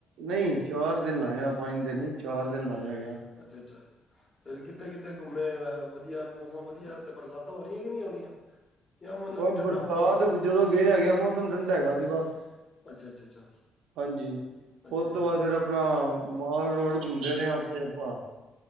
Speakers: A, on the right; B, on the left.
A: ਨਹੀਂ ਚਾਰ ਦਿਨ ਲਾਇਆ, ਪੰਜ ਦਿਨ ਹੀ ਚਾਰ ਦਿਨ ਲਾਇਆ ਹੈ।
B: ਅੱਛਾ -ਅੱਛਾ ਫੇਰ ਕਿਥੇ -ਕਿਥੇ ਘੰਮ ਵਧੀਆ ਮੌਸਮ ਵਧੀਆ ਬਰਸਾਤਾਂ ਹੋ ਰਹੀਆਂ ਕਿ ਨਹੀਂ ਹੋ ਰਹੀਆਂ ਜਾਂ ਮਤਲਬ
A: ਬਸ
B: ਕਿ ਠੰਡਾ
A: ਬਰਸਾਤ
B: ਮੌਸਮ ਹੈ
A: ਜਦੋਂ ਗਏ ਹੈਗੇ ਆ ਮੌਸਮ ਠੰਡਾ ਹੈਗਾ ਸੀ ਬਸ
B: ਅੱਛਾ- ਅੱਛਾ
A: ਹਾਂਜੀ
B: ਅੱਛਾ
A: ਉਸ
B: ਅੱਛਾ
A: ਤੋਂ ਬਾਅਦ
B: ਅੱਛਾ
A: ਫੇਰ ਆਪਣਾ ਮਾਲ ਰੋਡ ਘੁੰਮਦੇ ਰਹੇ ਹਾਂ ਉਥੇ ਆਪਾਂ